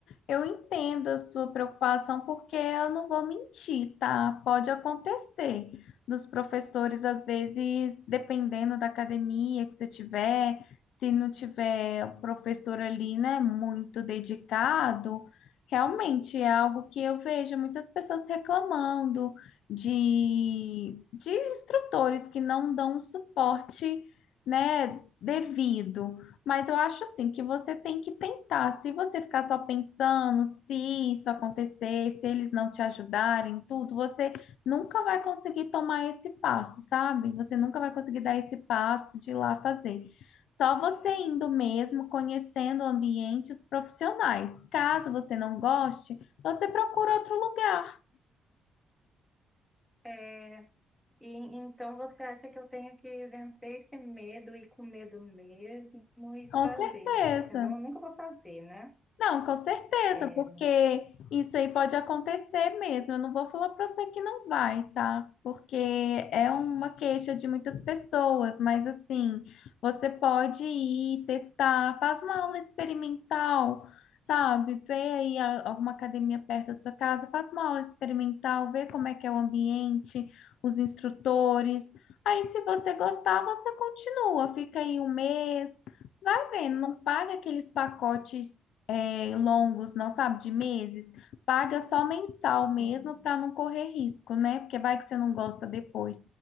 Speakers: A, on the left (about 75°); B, in the centre.
A: eu entendo a sua preocupação, porque eu não vou mentir, tá? Pode acontecer dos professores, às vezes, dependendo da academia que você tiver, se não tiver o professor ali, né, muito dedicado, realmente é algo que eu vejo muitas pessoas reclamando de, de instrutores que não dão um suporte, né, devido. Mas eu acho assim que você tem que tentar. Se você ficar só pensando, se isso acontecer, se eles não te ajudarem, tudo, você nunca vai conseguir tomar esse passo, sabe? Você nunca vai conseguir dar esse passo de ir lá fazer. Só você indo mesmo, conhecendo o ambiente, os profissionais. Caso você não goste, você procura outro lugar,
B: Eh, e então você acha que eu tenho que vencer esse medo e com medo mesmo e
A: com
B: fazer,
A: certeza.
B: né? Porque senão eu nunca vou fazer, né?
A: Não, com certeza,
B: É.
A: porque isso aí pode acontecer mesmo. Eu não vou falar para você que não vai, tá? Porque é uma queixa de muitas pessoas, mas assim, você pode ir testar, faz uma aula experimental, sabe? Vê aí a- alguma academia perto da sua casa, faz uma aula experimental, vê como é que é o ambiente, os instrutores. Aí, se você gostar, você continua, fica aí um mês. Vai vendo, não paga aqueles pacotes é, longos, não sabe, de meses, paga só mensal mesmo
B: não-
A: para não correr risco, né? Porque vai que você não gosta depois.